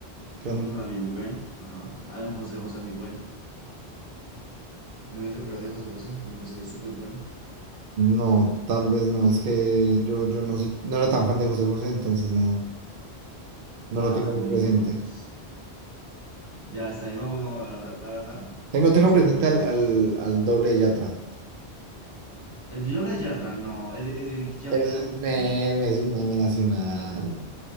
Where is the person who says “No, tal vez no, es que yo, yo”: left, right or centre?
Right